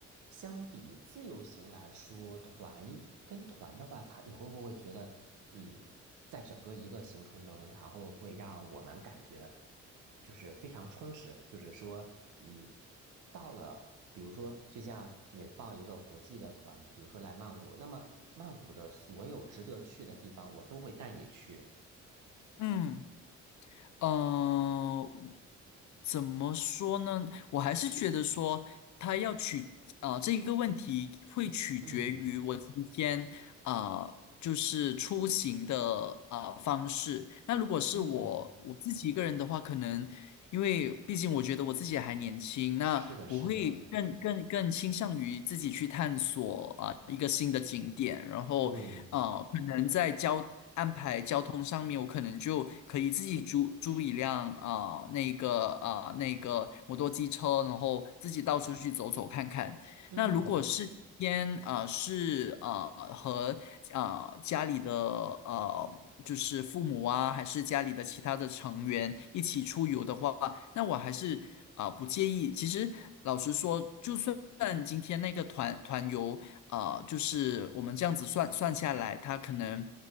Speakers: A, on the right; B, on the left.
A: 相比自由行来说，团跟团的话，它你会不会觉得，嗯，在整个一个行程中，然后会让我们感觉就是非常充实，就是说，嗯。到了，比如说，就像你报一个国际的团，比如说来曼谷，那么曼谷的所有值得去的地方，我都会带你去。
B: 嗯，呃，怎么说呢？我还是觉得说，它要取啊、呃这一个问题会取决于我今天啊、
A: 嗯
B: 呃就是出行的啊、呃方式。那如果是我我自己一个人的话，
A: 嗯，
B: 可能因为毕竟我觉得我自己还年轻，那我会更更更倾向于自己去探索啊、
A: 是的，是的，
B: 一个新的景点，然后呃，
A: 对，
B: 可能在交安排交通上面，我可能就可以自己租租一辆啊、呃那个啊、呃那个摩托机车，然后自己到处去走走看看。
A: 嗯
B: 那如果是今天呃是啊，和啊家里的呃就是父母啊，还是家里的其他的成员一起出游的话，那我还是啊、不介意。其实老实说，就算今天那个团团游。啊，就是我们这样子算算下来，它可能